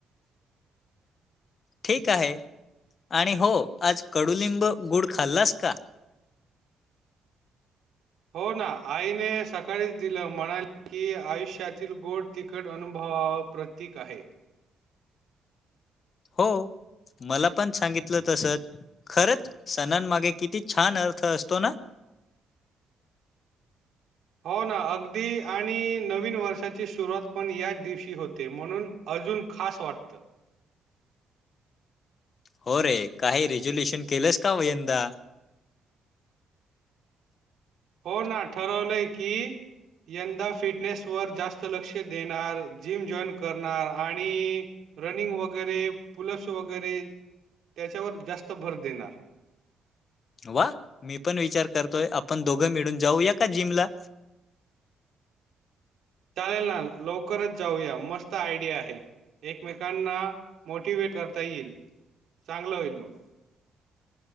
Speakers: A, on the left (about 50°); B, on the right (about 70°).
A: ठीक आहे आणि हो आज कडुलिंब आणि गुड खाल्लास का?
B: हो ना आईने सकाळीच दिल म्हणाली की आयुष्यातील गोड तिकट अनुभव प्रतीक आहे.
A: हो. मला पण सांगितल होत भर खरच सणांमागे किती छान अर्थ असतो ना.
B: हो ना अगदी आणि नवीन वर्षाची सुरुवात पण याच दिवशी होत. ते म्हणून वाटत.
A: हो रे काही रेजोल्युशन केलस का व यंदा
B: हो ना ठरवलय की यंदा फिटनेस वर जास्त लक्ष देणार जिम जॉईन करणार आणि रनिंग वगैरे पुल्स वगैरे त्याच्यावर जास्त भर देणार
A: वा मी पण विचार करतोय आपण दोघ मिळून जाऊया का जिमला.
B: चालेल ना लवकरच जाऊया मस्त आयडिया आहे. एकमेकांना मोटिवेट करता येईल चांगलं होईल मग.